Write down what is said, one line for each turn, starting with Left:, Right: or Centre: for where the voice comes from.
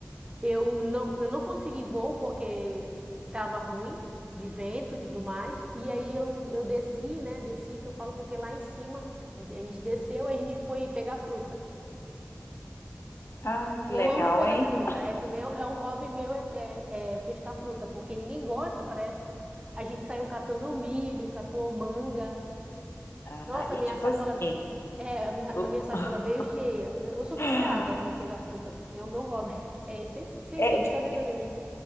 Right: Eu não, eu não consegui voo porque estava ruim de vento e tudo mais. E aí eu, eu desci, né? Desci, que eu falo, porque lá em cima eh, a gente desceu, a gente foi pegar fruta.
Left: Ai, que
Right: Eu
Left: legal,
Right: amo pegar
Left: hein?
Right: fruta. É também é é um hobby meu, é, é- é pescar fruta, porque ninguém gosta, parece. A gente saiu catando milho, catou manga.
Left: Ah,
Right: Nossa,
Left: e
Right: minha
Left: tipo
Right: sacola.
Left: assim,
Right: É, é, a minha,
Left: o-
Right: a minha sacola
Left: <gasps>
Right: veio cheia. Eu sou viciada
Left: <laughs>
Right: em pegar frutas. É o meu hobby. <laughs> É, sem, sem
Left: é,
Right: sem brincadeira
Left: de-
Right: nenhuma.